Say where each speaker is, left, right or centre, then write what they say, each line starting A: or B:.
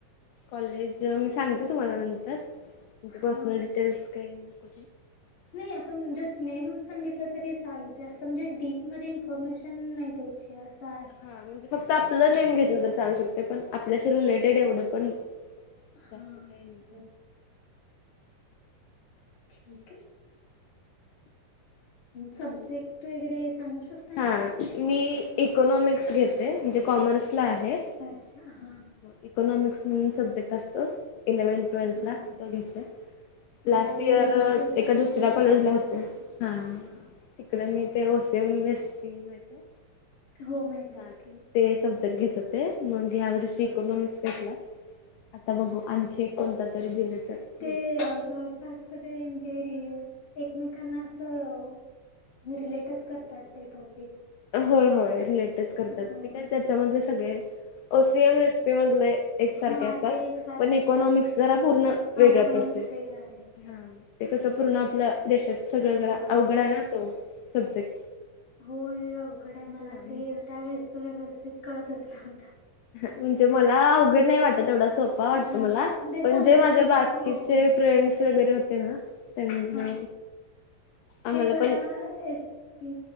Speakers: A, on the left; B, on the left.
A: कॉलेज मी सांगते तुम्हाला नंतर ते
B: हां,
A: पर्सनल
B: हां.
A: डिटेल्स काही नक
B: नाही आपण जस्ट नेम सांगितलं तरी चालते असं म्हणजे डीपमध्येध्ये इन्फॉर्मेशन नाही द जे असं आहे.
A: हा म्हणजे फक्त आपलं नेम घेतलं तर चालू शकते पण आपल्याशी रिलेटेड एवढं पण
B: हां,
A: जास्त काही नाही
B: हो
A: सां
B: ठीक आहे सब्जेक्ट वगैरे सांगू शकत
A: हा मी इकोनॉमिक्स घेते म्हणजे कॉमर्सला आहे
B: अच्छा हा
A: इकॉनॉमिक्स म्हणून सब्जेक्ट असतो इलेव्हनथ टवेल्थ
B: हां.
A: ला तो घेतला लास्ट
B: हो मी
A: इयर
B: हां
A: एका दुसऱ्या कॉलेजला
B: कॉमर्स
A: होते. हा
B: हां.
A: तिकडं मी ते ओसेम रेसिपी माहिती?
B: हो माहिती
A: हा
B: आहेत की
A: ते सब्जेक्ट घेतात ते मग ह्या वर्ष
B: हां,
A: इकॉनॉमिक्स
B: हां.
A: घेतला आता बघू आणखी एक कोणता तरी दिले तर
B: ते
A: दिले
B: जवळपास सगळे म्हणजे रि एकमेकांना असं. म रिलेटिव्स करतात ते टॉप
A: हो होय रिलेटच करतात
B: होय.
A: ते काय त्याच्या मधले सगळे ओसिएम रेसिपी मधले. एकसारखे
B: हा
A: असतात
B: ते एकसारखेच
A: पण इकोनॉमिक्स
B: आहेत.
A: जरा पूर्ण
B: हा
A: वेगळं
B: इकॉनॉमिक्स
A: पडते
B: वेगळा आहे. हो.
A: ह ते कसं पूर्ण आपलं देशात सगळं
B: हा
A: च अवघड
B: होय.
A: आहे ना तो सब्जेक्ट.
B: होय अवघड आहे. मला
A: हा म्हणजे?
B: ते त्यावेेळेस व्यवस्थित कळतच नव्हत.
A: म्हणजे मला अवघड नाही वाटत. तेवढा सोपा वाटतं
B: हा
A: मला
B: ते
A: पण
B: समजून
A: जे माझ्या
B: घेतलं
A: बाकीचे
B: की होऊन जाते.
A: फ्रेंड्स वगैरे होते ना त्यांना
B: हा
A: आम्हाला
B: ते मला
A: पण
B: एस पी